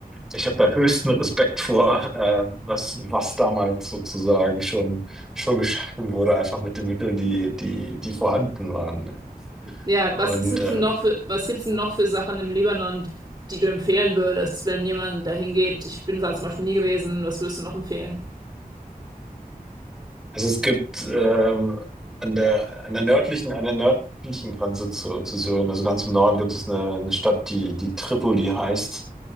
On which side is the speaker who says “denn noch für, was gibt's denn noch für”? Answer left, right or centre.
Right